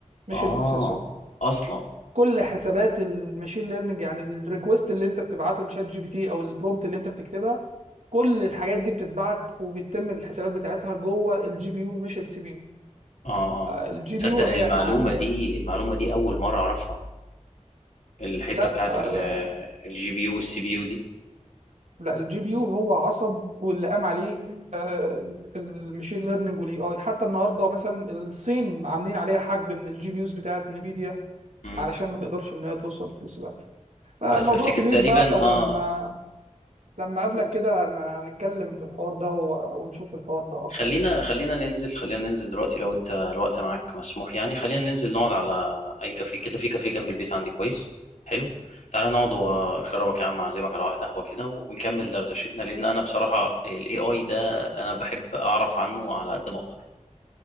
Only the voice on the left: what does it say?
اه
اصلا
اه اه
تصدق
المعلومه
دي المعلومه دي اول مره اعرفها الحته
بتاعت
الجي بي يو والسي بي يو دي
مم.
بس افتكر
تقريبا
اه
خلينا
خلينا ننزل خلينا ننزل دلوقتي لو انت الوقت معاك مسموح يعني خلينا ننزل نقعد على اي كافيه كده في كافيه جنب البيت عندي كويس حلو تعالى نقعد واشربك يا عم اعزمك على واحد قهوة كده ونكمل دردشتنا لان انا بصراحة الاي اي ده انا بحب اعرف عنه على قد ما اقدر